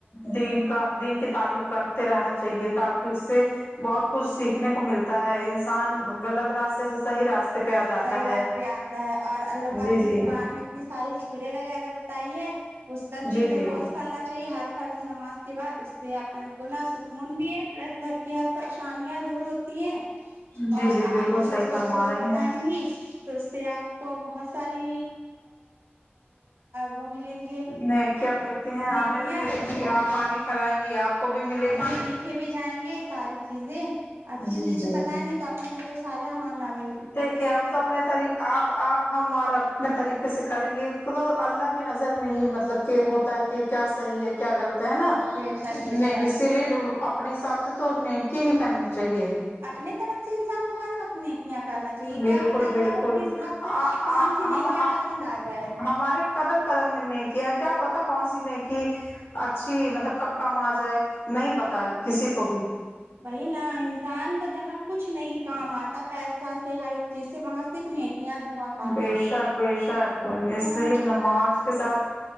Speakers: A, on the left; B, on the right.
A: دین کا دن کی تعلیم کرتے رہنا چاہیے تاکہ اس سے بہت کچھ سیکھنے کو ملتا ہے اسان
B: جی
A: غلط
B: جی
A: راستے سے صحیح راستے پہ آ جاتا
B: صحیح
A: ہے
B: راہ پہ اتا ہے اور اللہ
A: جی
B: پاک
A: جی
B: نے قران کے ساری سورہ وغیرہ بتائی ہے اس کا
A: جی
B: ذکر
A: جی
B: روز کرنا چاہیے ہر فرض نماز کے بعد اس سے اپن کونا سکون بھی ہے پلس گھر کی ہر پریشانیاں دور ہوتی ہے
A: جی
B: اور
A: جی بالکل
B: اپ دوسروں
A: صحیح فرما
B: کو
A: رہی
B: جو بتائیں
A: ہیں
B: گی تو اس سے اپ کو بہت ساری وہ ملیں گے
A: نہیں کیا ملتی ہیں ہمیں
B: نیکیاں
A: بھی ملے گی اپ اگے پڑھائیں گی آپ کو بھی ملے گی
B: کے بھی جائیں گے ساری چیزیں اچھی
A: جی
B: چیزیں
A: جی
B: بتیں گے تو اپن کے تو سارے امان لان
A: دیکھیے ہم تو اپنے طریق اپ اپ ہم اور اپنے طریقے سے کریں گے تو اللہ کے نظر میں ہی مطلب کہ ہوتا ہے کہ کیا صحیح ہے کیا غلط ہے نا
B: بے شک بے
A: نیں
B: شک
A: اسی لیے اپنے حساب سے تو نیکی ہی کرنی چاہیے
B: اپنے طرف سے انسان کو ہر وقت میں یا کرنا چاہیے
A: بالکل
B: کیا پتا اللہ
A: بالکل
B: کو کس وقت
A: آ
B: کون
A: آ
B: سی
A: ہم
B: نیکیاں
A: آپ
B: پسندہ جائے
A: ہمارے قدم قدم میں نے نیکیاں کیا پتا کون سی نے کہ اچھی مطلب کب کم اجائے نہیں پتا کسی کو بھی
B: وہی نا انسان کو جگہ کچھ نہیں کام اتا پیسہ سے ہر ایک چیز سے وہاں صرف نیکیاں دواں
A: بے شک بے شک اس
B: نا
A: لے نماز کے ساتھ